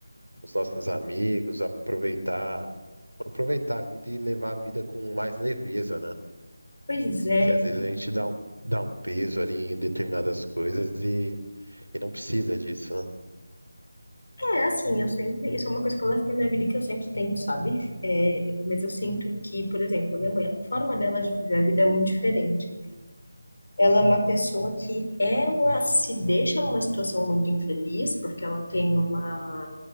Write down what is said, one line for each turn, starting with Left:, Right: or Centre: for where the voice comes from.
Right: os nossos amigos, aproveitar, aproveitar a vida e levar a vida com mais leveza, né?
Left: Pois é,
Right: Que às vezes
Left: e
Right: a gente dá um, dá um peso ali em determinadas coisas e, e não precisa disso, né?
Left: É, assim, eu sempre, isso é uma coisa que eu levo pra minha vida e que eu sempre tento, sabe? É, mas eu sinto que, por exemplo, minha mãe, a forma dela de viver a vida é muito diferente. Ela é uma pessoa que ela se deixa numa situação muito infeliz, porque ela tem uma,